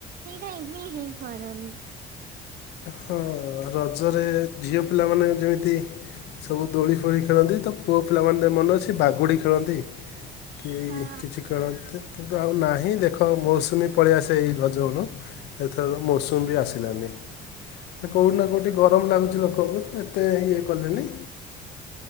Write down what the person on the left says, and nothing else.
ହଁ ରଜରେ ଝିଅ ପିଲାମାନେ ଯେମିତି୍ ସବୁ ଦୋଳି ଫୋଳି ଖେଳନ୍ତି ତ ପୁଅ ପିଲାମାନେ ମନେ ମନ ଅଛି ବାଗୁଡ଼ି ଖେଳନ୍ତି। କେଇ
କିଛି କିଣନ୍ତି କିନ୍ତୁ ଆଉ ନାହିଁ ଦେଖ ମୌସୁମୀ ପଳେଇ ଆସେ ଏଈ ରଜ ବେଳୁ। ଏଥର ମୌସୁମ ବି ଆସିଲାନି। ତ କେଉଁଠି ନା କେଉଁଠି ଗରମ ଲାଗୁଛି ଲୋକକୁ ତ ଏତେ ଇଏ କଲିନି।